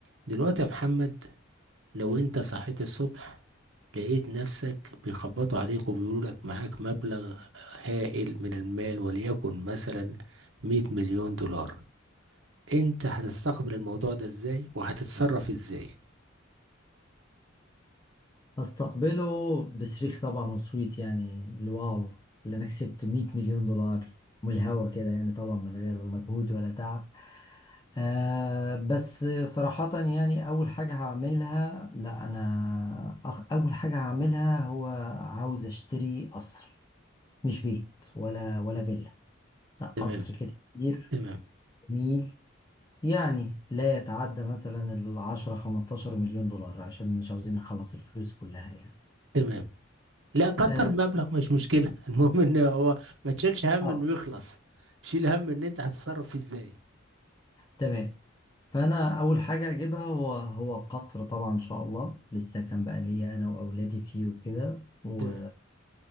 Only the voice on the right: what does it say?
دلوقتي يا محمد لو انت صحيت الصبح لقيت نفسك بيخبطوا عليك وبيقولوا لك معاك مبلغ هائل من المال وليكن مثلا 100 مليون دولار انت هتستقبل الموضوع ده ازاي وهتتصرف ازاي
تمام
تمام
تمام لا كتر
مبلغ مش مشكلة <laughs> المهم ان هو ما تشيلش هم
انه يخلص شيل هم ان انت هتتصرف فيه ازاي
تمام